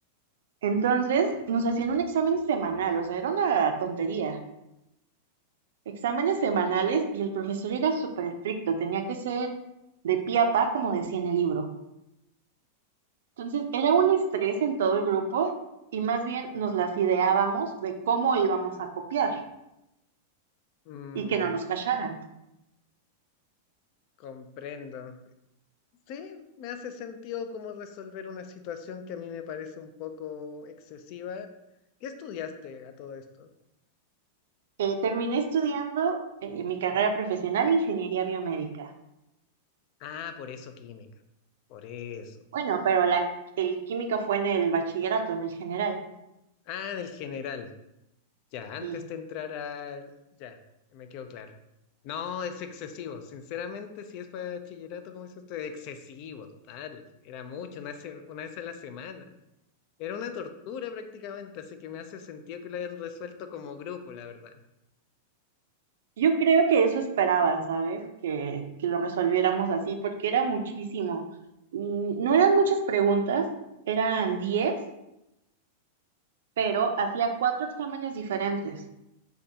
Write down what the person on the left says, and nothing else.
Mm,
comprendo. Sí, me hace sentido como resolver una situación que a mí me parece un poco excesiva. ¿Qué estudiaste a todo esto?
Ah, por eso química, por eso.
Ah, del general. Ya, antes
de entrar al... Ya, me quedó claro. No, es excesivo. Sinceramente, si es para bachillerato, como dice usted, excesivo, total. Era mucho, una, se- una vez a la semana. Era una tortura prácticamente, así que me hace sentido que lo hayan resuelto como grupo, la verdad.